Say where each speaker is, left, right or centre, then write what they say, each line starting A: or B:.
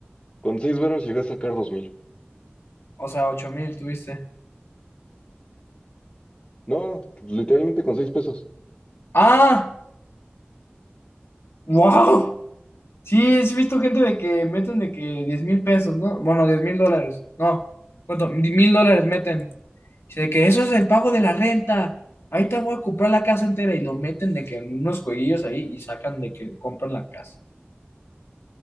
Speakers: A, on the left; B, on the left.
A: con 6 varos llegué a sacar dos mil.
B: O sea, ocho mil tuviste.
A: No, literalmente con 6 pesos.
B: Ah, wow. Sí, sí he visto gente de que meten de que diez mil pesos, ¿no? Bueno, diez mil dólares, no, ¿cuánto? Mil dólares meten. Dice de que eso es el pago de la renta. Ahí te voy a comprar la casa entera y lo meten de que en unos jueguillos ahí y sacan de que compran la casa.